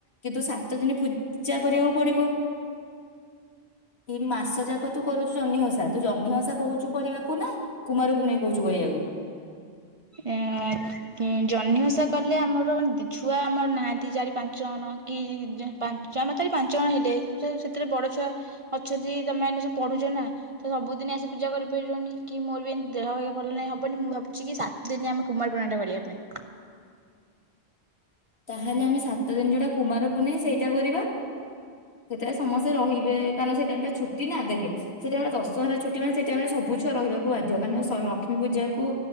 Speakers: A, on the left; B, on the right.
A: କିନ୍ତୁ ସାତ ଦିନ ପୂଜା କରିବାକୁ ପଡିବ। ଏ ମାସ ଯାକ ତୁ କରୁଛୁ ଜହ୍ନିଓସା ତୁ ଜହ୍ନିଓସା କହୁଛୁ କରିବାକୁ ନା କୁମାରପୂର୍ଣ୍ଣେଇ କହୁଛୁ କରିଆକୁ।
B: ଏ ଜହ୍ନି ଓଷା କଲେ ଆମର ଦି ଛୁଆ ଆମର ନାହାନ୍ତି ଚାରି ପାଞ୍ଚ ଜଣ କି ଆମ ଚାରି ପାଞ୍ଚ ଜଣ ହେଲେ ସେ ସେଥିରେ ବଡ଼ ଛୁଆ ଅଛନ୍ତି ତମେ ମାନେ ସବୁ ପଢୁଛ ନା। ତ ସବୁଦିନ ଆସି ପୂଜା କରିପାରିବନି କି ମୋର ବି ଏମତି ଦେହ ଭଲ ନାହିଁ ହବନି ମୁଁ ଭାବ ଚିକି ସାତ ଦିନ ଆମେ କୁମାର ପୂର୍ଣ୍ଣିମା ଟା କରିବା ପାଇଁ।
A: ତାହେଲେ ଆମେ ସାତ ଦିନ ଯୋଉଟା କୁମାର ପୁନେଇ ସେଇଟା କରିବା। ସେତେବେଳେ ସମସ୍ତେ ରହିବେ କାରଣ ସେଇ ଟାଇମ ଟା ଛୁଟି ନା ଦେଖେ। ସେଠି ଆମ ଦଶହରା ଛୁଟି ମାନେ ସେଠି ଆମେ ସବୁଛୁଆ ରହିବାକୁ ବାଧ୍ୟ କାରଣ ଲକ୍ଷ୍ମୀ ପୂଜା। କୁ